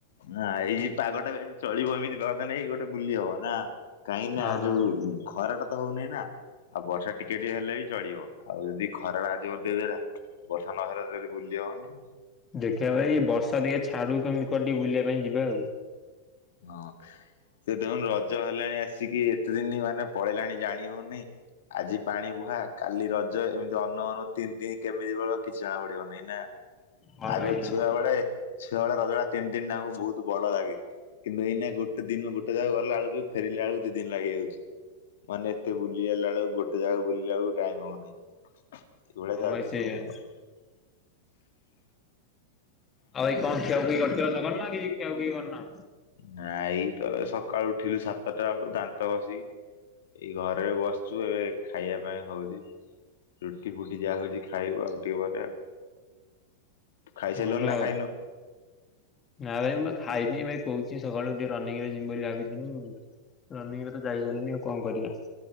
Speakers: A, on the left; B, on the left.
A: ନା ଏଇ ପାଗଟା ବି ଆଜି ଚଳିବ ଏମିତି ପାଗ ଦେନେ ଏଇ ଗୋଟେ ବୁଲି ହବ, ନା? କାହିଁକିନା
B: ହଁ
A: ଯୋଉ
B: ହଁ
A: ଖରାଟା ତ ହଉନେହିଁ ନା। ଆଉ ବର୍ଷା ଟିକେ ଟିକେ ହେଲେ ବି ଚଳିବ ଆଉ ଯଦି ଖରାଟା ଆଜିିବ ବ ଦେଇ ଦେଲା ବର୍ଷା ନହେଲେ ଡ଼େଲି ବୁଲିହବନି।
B: ଦେଖିଆ ଭାଇ ବର୍ଷା ଟିକେ ଛାଡ଼ୁ କେମିତି କୁଆଡ଼େ ଟିକେ ବୁଲିବା ପାଇଁ ଯିବା ଆଉ।
A: ହଁ ସେ ଦେଖନ୍ତୁ ରଜ ହେଲାଣି ଆସିକି ଏତେ ଦିନି ମାନେ ପଳେଇଲାଣି ଜାଣି ହଉନି। ଆଜି ପାଣି ବୁହା କାଲି ରଜ ଏମିତି ଅନଉ ଅନ ତିନି ଦିନ କେମିତି ପଳେଇବ କିଛି ଜଣା ପଡ଼ିବ ନାହିଁ ନା।
B: ହଁ
A: ଆଗୁରୁ
B: ଭାଇ ହଁ
A: ଛୁଆ ବେଳେ ଛୁଆ ବେଳେ ରଜଟା ତିନି ଦିନି ଟାକ ବହୁତ ଭଲ ଲାଗେ। କିନ୍ତୁ ଏଇନାକେ ଗୋଟେ ଦିନ ଗୋଟେ ଜାଗାକୁ ଗଲା ବେଳକୁ ଫେରିଲାବେଳକୁ ଦି ଦିନ ଲାଗିଯାଉଚି। ମାନେ ଏତେ ବୁଲି ଆଇଲା ବେଳକୁ ଗୋଟେ ଜାଗା ବୁଲିଲା ବେଳକୁ ଟାଇମ୍ ହଉ ନାହିଁ। ଏଇଭଳିଆ
B: ହଁ
A: ଯାଉଚି
B: ଭାଇ ସେଇଆ।
A: ସବୁ ଆଉ।
B: ଆଉ ଭାଇ କଣ ଖିଆଖୁଇ କରିଥିଲ ସକାଳୁ ନା କିଛି ଖିଆଖୁଇ କରିନ?
A: ନା ଏଇ ତ ସକାଳୁ ଉଠିଲୁ ସାତଟା ବେଳୁ ଦାନ୍ତ ଘସିକି ଏଇ ଘରେ ବସିଚୁ ଏବେ ଖାଇବା ପାଇଁ ହଉଚି। ରୁଟି ଫୁଟି ଯାହା ହଉଚି ଖାଇବୁ ଆଉ ଟିକେ ପରେ ଆଉ। ତୁ ଖାଇସାରିଲୁଣି
B: ଭଲ
A: ନା
B: ଆଉ।
A: ଖାଇନୁ?
B: ନା ଭାଇ ମୁଁ ପା ଖାଇନି ଭାଇ କହୁଛି ସକାଳୁ ଟିକେ ରନିଂ ରେ ଜିମି ବୋଲି ଭାବିଥିନି। ରନିଂରେ ତ ଯାଇ ହେଲନି ଆଉ କଣ କରିଆ।